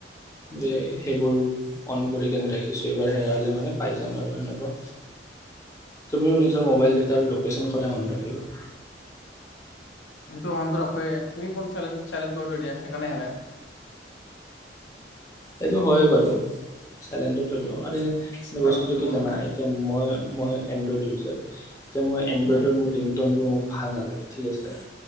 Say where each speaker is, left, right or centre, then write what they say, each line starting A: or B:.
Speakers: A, on the left (about 20°); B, on the left (about 75°).
A: দে সেইবোৰ অন কৰি কেনে ৰাখিছোঁ এইবাৰ হেৰাালে মানে পাই যাম আৰু সেনেকুৱা তুমিও নিজৰ মোবাইল ডেটাৰ লোকেশ্যন সদায় অন ৰাখিবা
B: সেইটো অনটো ৰাখেৱে তুমি ফোন চাইলেণ্ট চাইলেণ্ট কৰি থৈ দিয়া সেইকাৰণে হেৰাই
A: সেইটো হয়ে বাৰু চাইলেণ্টত থৈ দিওঁ আৰু
B: চাইলেণ্ট
A: বস্তুটো
B: কৰিব
A: কি জানা
B: নালাগে
A: এতিয়া মই মই এণ্ড্ৰইড ইউজাৰ। যে মই এণ্ড্ৰইডৰ
B: উম,
A: মোৰ ৰিংটনবোৰ মোক ভাল নালাগে ঠিক আছে